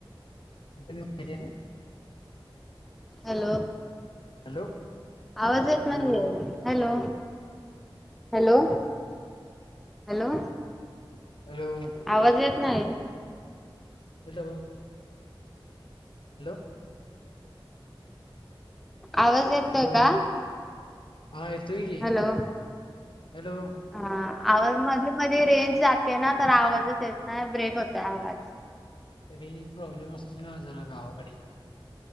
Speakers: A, on the left; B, in the centre.
A: कंहिज ना <unintelligible>
B: हॅलो
A: हॅलो
B: आवाज येत नाहीये
A: hello
B: hello. Hello. Hello
A: hello
B: आवाज येत नाही.
A: हॅलो. हॅलो.
B: आवाज येतोय
A: हॅलो
B: का?
A: हा येतो की
B: हॅलो
A: हॅलो.
B: हा आवाज मधी मधी रेंज जाते ना तर आवाजच येत नाही ब्रेक होत आवाज
A: ते प्रॉब्लेम असतो ना जरा गावाकडे